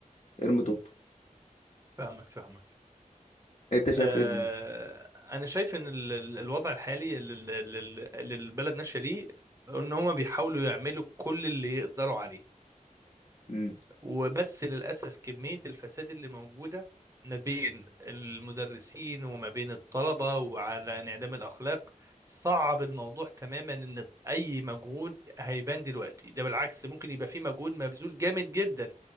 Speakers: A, on the left (about 50°); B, on the right (about 20°).
A: ارمي طوبته
B: فاهمك فاهمك
A: انت شايف
B: آه
A: ايه
B: انا شايف ان ال- ال- الوضع الحالي اللي اللي- اللي البلد ماشيه ليه ان هما بيحاولوا يعملوا كل اللي يقدروا عليه
A: مم.
B: وبس للأسف كمية الفساد اللي موجودة ما بين المدرسين وما بين الطلبة وعلى انعدام الأخلاق صعب الموضوع تماما إن أي مجهود هيبان دلوقتي ده بالعكس ممكن يبقى في مجهود مبذول جامد جدا